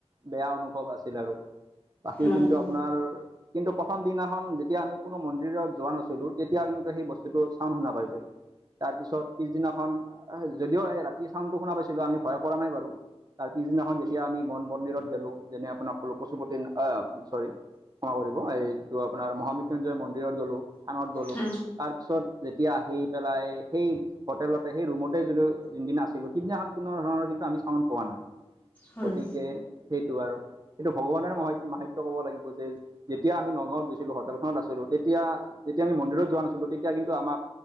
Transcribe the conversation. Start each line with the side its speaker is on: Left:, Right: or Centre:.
Right: বেয়া অনুভৱ আছিল আৰু। বাকী
Left: হয়
Right: কিন্তু
Left: হয়
Right: আপোনাৰ কিন্তু প্ৰথম দিনাখন যেতিয়া আমি কোনো মন্দিৰত যোৱা নাছিলোঁ তেতিয়া কিন্তু সেই বস্তুটো চাউণ্ড শুনা পাইছিলো। তাৰপিছত পিছদিনাখন যদিও ৰাতি চাউণ্ডটো শুনা পাইছিলোঁ আমি ভয় কৰা নাই বাৰু। তাৰ পিছদিনাখন যেতিয়া আমি মন মন্দিৰত গেলোঁ যেনে আপোনাৰ কলো পশুপতি আ, চৰি ক্ষমা কৰিব এই যিটো আপোনাৰ মহাবৃত্যুঞ্জয় মন্দিৰত গলো থানত গলো।
Left: হা
Right: তাৰপিছত যেতিয়া আহি পেলাই সেই হোটেলতে সেই ৰুমতেই যদিও যোনদিনা আছিলোঁ সিদিনাখন কোনো ধৰণৰ কিন্তু আমি চাউণ্ড পোৱা নাই।
Left: হয়
Right: গতিকে সেইটো আৰু এইটো ভগৱানৰ মহ মাহাত্য কব লাগিব যে যেতিয়া আমি নগাঁৱত গৈছিলোঁ হোটেলখনত আছিলোঁ তেতিয়া যেতিয়া আমি মন্দিৰত যোৱা নাছিলোঁ তেতিয়া কিন্তু আমাক